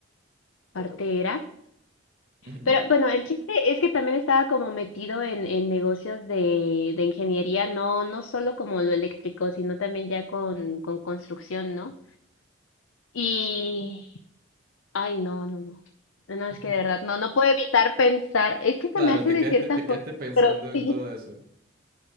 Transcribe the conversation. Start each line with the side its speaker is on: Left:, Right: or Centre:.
Left: parte era
Right: Ujú.
Left: Pero bueno, el chiste es que también estaba como metido en, en negocios de, de ingeniería, no, no solo como lo eléctrico, sino también ya con, con construcción, ¿no? Y, ay, no, no, no. No, es
Right: <laughs>
Left: que de verdad, no, no puedo evitar pensar, es que se
Right: Claro,
Left: me hace
Right: te
Left: de
Right: quedaste,
Left: cierta
Right: te
Left: forma,
Right: quedaste pensando
Left: pero
Right: en
Left: sí,
Right: todo eso.